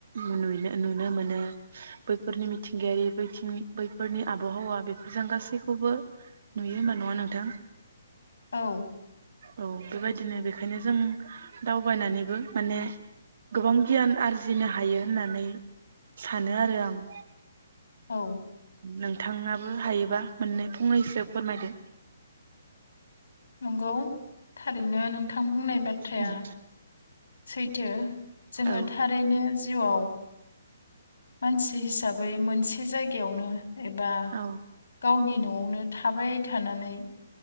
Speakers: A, on the right (about 60°); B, on the left (about 70°).
A: नुनो नुनो मोनो बैफोरनि मिथिंगायारिथिं बैफोरनि आबहावा बेफोरजों गासैबो खौबो नुयो होनबा नङा नोंथां।
B: औ
A: औ बेबायदिनो बेखायनो जों दावबायनानैबो माने गोबां गियान आरजिनो हायो होननानै सानो आरो आं।
B: औ
A: नोंथांङाबो हायोबा मोननै फंनैसो फोरमायदो।
B: नंगौ थारैनो नों आं बुंनाय बाथ्राया
A: उम
B: सैथो जोङो
A: औ
B: थारैनो जिउआव मानसि हिसाबै मोनसे जायगायावनो एबा
A: औ
B: गावनि न' न'आवनो थाबाय थानानै